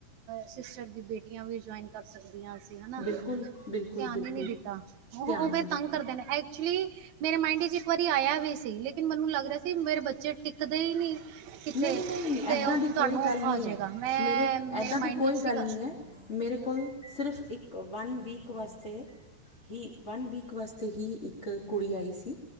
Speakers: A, on the right; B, on the left.
A: ਸਿਸਟਰ ਦੀਆਂ ਬੇਟੀਆਂ ਵੀ ਜੁਆਇਨ ਕਰ ਸਕਦੀ ਆ ਅਸੀਂ, ਹਨਾ
B: ਬਿਲਕੁਲ
A: ਤੇ
B: ਬਿਲਕੁਲ
A: ਧਿਆਨ
B: ਬਿਲਕੁਲ
A: ਈ ਨਈ ਦਿੱਤਾ ਉਹ
B: ਧਿਆਨ
A: ਉਹਵੇ
B: ਨਹੀਂ ਦਿੱਤਾ
A: ਤੰਗ ਕਰਦੇ ਨੇ ਇ ਐਕਚੁਲੀ, ਮੇਰੇ ਮਾਇਂਡ ਵਿੱਚ ਇੱਕ ਵਾਰੀ ਆਇਆ ਵੀ ਸੀ, ਲੇਕਿਨ ਮੈਨੂੰ ਲੱਗਦਾ ਸੀ ਮੇਰੇ ਬੱਚੇ ਟਿਕਦੇ ਈ ਨੀ ਕਿਥੇ
B: ਨਹੀਂ ਨਹੀਂ
A: ਤੇ,
B: ਐਦਾਂ ਦੀ
A: ਤੁਆਨੂੰ
B: ਕੋਈ ਗੱਲ
A: ਔਖਾ
B: ਨਹੀਂ
A: ਹੋ ਜਾਏਗਾ,
B: ਹੈ
A: ਮੈਂ ਮੇਰੇ
B: ਐਦਾਂ ਦੀ
A: ਮਾਈੰਡ
B: ਕੋਈ
A: ਵਿੱਚ ਸੀਗਾ
B: ਗੱਲ ਨਹੀਂ ਹੈ ਮੇਰੇ ਕੋਲ ਸਿਰਫ, ਇੱਕ ਵਨ ਵੀੱਕ ਵਾਸਤੇ ਹੀ ਵਨ ਵੀਕ ਵਾਸਤੇ ਹੀ, ਇੱਕ ਕੁੜੀ ਆਈ ਸੀ